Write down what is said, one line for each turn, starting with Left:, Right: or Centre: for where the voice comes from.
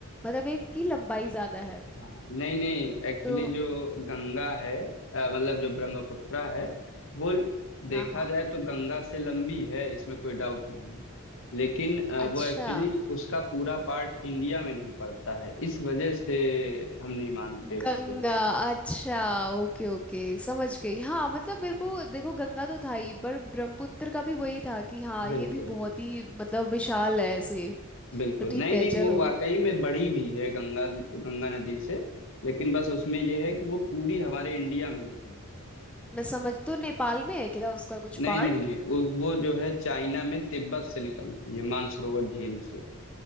Centre: मतलब एक की लंबाई ज्यादा है
Left: हाँ नहीं नहीं एक्चुअली
Centre: तो
Left: जो गंगा है अ, मतलब जो ब्रह्मपुत्र है वो देखा
Centre: हाँ हाँ
Left: जाए तो गंगा से लंबी है इसमें कोई डाउट नहीं है लेकिन अ, वो
Centre: अच्छा
Left: एक्चुअली उसका पूरा पार्ट इंडिया में नहीं पड़ता है इस वजह से हम नहीं मानते उसको
Centre: गंगा अच्छा ओके ओके समझ गई हाँ मतलब मेरे को देखो गंगा तो था ही पर ब्रह्मपुत्र का भी वही था कि हाँ ये
Left: बिल्कुल
Centre: भी बहुत ही मतलब विशाल है ऐसे
Left: बिल्कुल
Centre: तो ठीक
Left: नहीं
Centre: है
Left: नहीं
Centre: चलो
Left: वो वाकई में बड़ी भी है गंगा गंगा नदी से लेकिन बस उसमें यह है कि वो पूरी हमारे इंडिया में नहीं है।
Centre: मैं समझ तो नेपाल में है क्या उसका कुछ
Left: नहीं
Centre: पार्ट
Left: नहीं नहीं वो वो जो है चाइना में तिब्बत से निकलती है मानसरोवर झील से